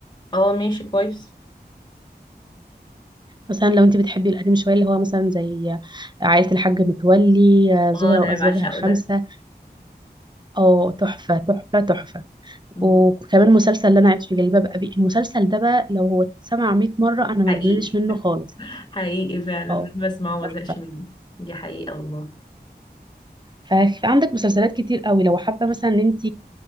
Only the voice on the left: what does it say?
اه ماشي كويس
اه
ده
انا بعشقه
ده
مم.
حقيقي
<laughs> حقيقي فعلا
مهما اسمعه ما
زهقش منه دي حقيقه والله